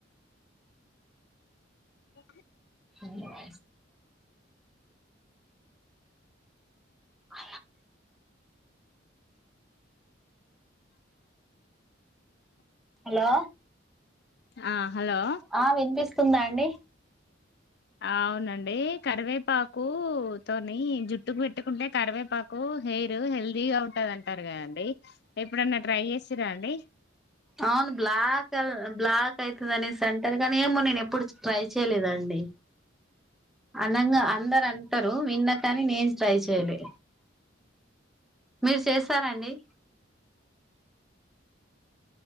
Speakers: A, on the left (about 60°); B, in the centre.
A: ఇ
B: ధన్వా ఆ హలో
A: ఆ హలో
B: ఆ వినిపిస్తుందా అండి
A: అవునండి కరివేపాకుతోని జుట్టుకు పెట్టుకుంటే కరివేపాకు హెయిర్ హెల్తీగా ఉంటుంది అంటారు కదండి ఎప్పుడన్నా ట్రై చేసిరా అండి
B: అవును బ్లాక్ బ్లాక్ అయితదనేసి అంటారు కానీ ఏమో నేను ఎప్పుడు ట్రై చేయలేదండి అనంగా అందరు అంటారు విన్నాకని నేను ట్రై చేయలే మీరు చేస్తారండి